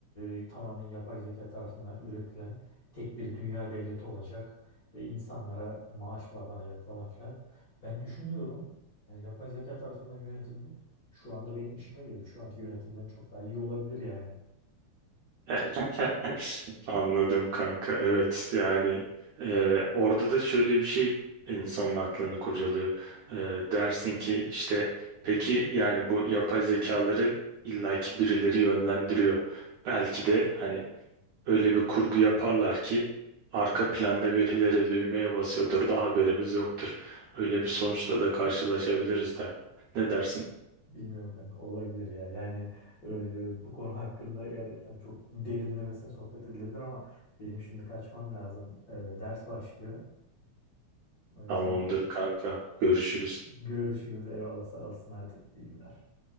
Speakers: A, on the left (about 65°); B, on the right (about 80°).
A: e, tamamen yapay zeka tarafından üretilen tek bir dünya devleti olacak ve insanlara maaş bağlanacak falan filan. Ben düşünüyorum yani yapay zeka tarafından yönetilmek şu anda benim işime geliyor. Şu anki yönetimden çok daha iyi olabilir yani.
B: <laughs> Anladım kanka. Evet yani e, orada da şöyle bir şey insanın aklını kurcalıyor. E, dersin ki işte peki yani bu yapay zekaları illaki birileri yönlendiriyor. Belki de hani Öyle bir kurgu yaparlar ki arka planda birileri düğmeye basıyordur da haberimiz yoktur. Öyle bir sonuçla da karşılaşabiliriz de. Ne dersin?
A: Bilmiyorum kanka olabilir ya. Yani e, bu konu hakkında gerçekten çok derinlemesine sohbet edilebilir ama benim şimdi kaçmam lazım. E, ders başlıyor. O yüzden
B: Tamamdır kanka. Görüşürüz.
A: görüşürüz. Eyvallah sağ olsun. Hadi iyi günler.